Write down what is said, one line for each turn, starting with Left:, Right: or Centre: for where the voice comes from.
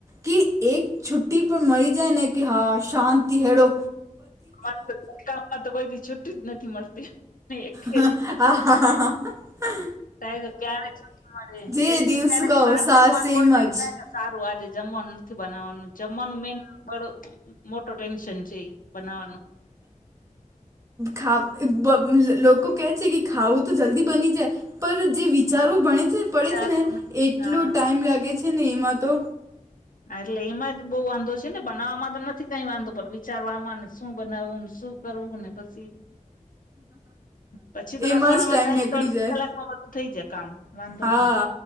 Right: કે એક છુટ્ટી પણ મળી જાય ને કે હા શાંતિ હેળો
Left: અરે તોકામમાં તો કોઈ છુટી જ નથી મળતી એક
Right: હા, હા, હા, હ
Left: થ કે ક્યારે મળે,
Right: જે
Left: એક
Right: દિવસ
Left: ક્યારેક
Right: કહો
Left: બાર
Right: સા
Left: જમવાનું
Right: સેમ
Left: હોય તો
Right: જ
Left: એમ થાય કે સારું આજે જમવાનું બનાવાનુ, જમવાનું મેન બડો, મોટો ટેન્શન છે એ બનાવવાનું
Right: ખ લોકો કહે છે કે ખાવું તો જલ્દી બની જાય પણ જે વિચારો ભણે છે પડે
Left: વિચારવું
Right: છે ને એટલો
Left: હા
Right: ટાઈમ લાગે છે ને એમાં તો.
Left: હા એટલે એમાં જ બહુ વાંધો છે ને બનાવવામાં તો નથી કઈ વાંધો પણ વિચારવામાં ને શું બનાવવું ને શું કરવું ને પછી પછી તો
Right: એમાં
Left: રસોડામાં
Right: જ ટાઈમ
Left: ચ
Right: નીકળી
Left: તો અડધી
Right: જાય
Left: કલાકમાં થઈ જાય કામ. વાંધો
Right: હા
Left: ના